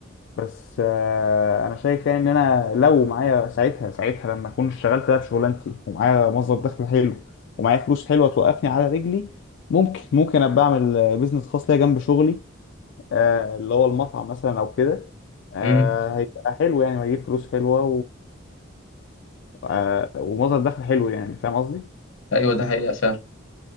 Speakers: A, on the left; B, on the left.
A: بس آه، انا شايف يعني ان انا لو معايا ساعتها ساعتها لما اكون اشتغلت بقى بشغلانتي ومعايا مصدر دخل حلو ومعايا فلوس حلوة توقفني على رجلي ممكن ممكن ابقى اعمل بيزنس خاص ليا جنب شغلي آه، اللي هو المطعم مثلا او كده آه،
B: مم.
A: هيبقى حلو يعني وهيجيب فلوس حلوة آه، ومصدر دخل حلو يعني فاهم قصدي
B: ايوه ده حقيقة فعلا